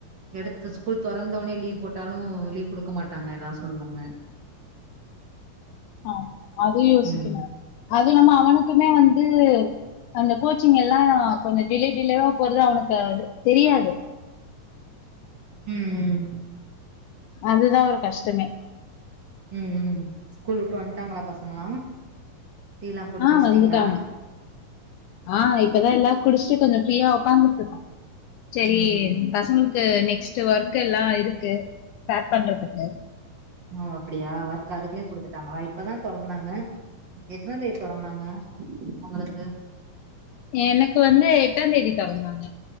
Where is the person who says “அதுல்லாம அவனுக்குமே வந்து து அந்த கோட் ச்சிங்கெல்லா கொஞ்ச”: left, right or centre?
Left